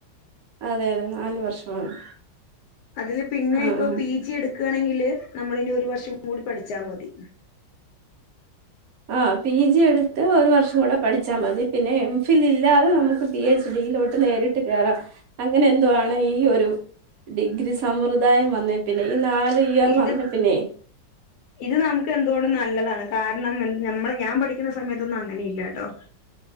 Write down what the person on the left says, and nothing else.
അതില് പിന്നെ
ഇപ്പൊ പി ജി എടുക്കയാണെങ്കില് നമ്മള് ഇനി ഒരു വർഷം കൂടി പഠിച്ചാൽ മതി.
ഇത്
<inaudible> ഇത് നമുക്ക് എന്തുകൊണ്ടും നല്ലതാണ്, കാരണം ഞമ്മള് ഞാൻ പഠിക്കുന്ന സമയത്തൊന്നും അങ്ങനെ ഇല്ല കേട്ടോ.